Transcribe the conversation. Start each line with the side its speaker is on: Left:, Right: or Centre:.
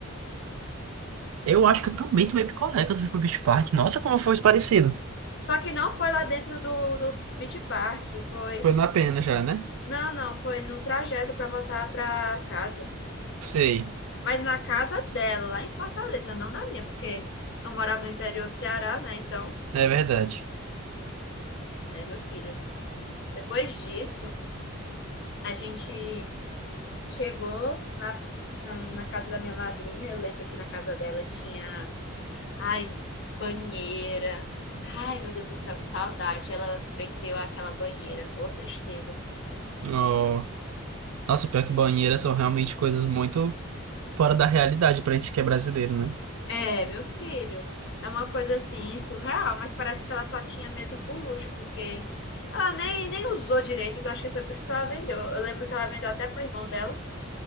Right: Eu acho que eu também tomei picolé quando eu fui pro Beach Park. Nossa, como foi parecido.
Left: Só que não foi lá dentro do, do Beach Park, foi.
Right: Foi na pena já, né?
Left: Não, não, foi no trajeto para voltar para casa.
Right: Sei,
Left: Mas na casa dela, lá em Fortaleza, não na minha, porque eu morava no interior do Ceará, né? Então.
Right: é verdade.
Left: né, meu filho? Depois disso, a gente chegou na, na, na casa da minha madrinha. Eu lembro que na casa dela tinha, ai, banheira. Ai, meu Deus do céu, que saudade. Ela vendeu aquela banheira. Ô, tristeza.
Right: Oh. Nossa, pior que banheiras são realmente coisas muito. fora da realidade pra gente que é brasileiro, né?
Left: É, meu filho. É uma coisa assim, surreal, mas parece que ela só tinha mesmo por luxo, porque ela nem, nem usou direito, então acho que foi por isso que ela vendeu. Eu lembro que ela vendeu até pro irmão dela.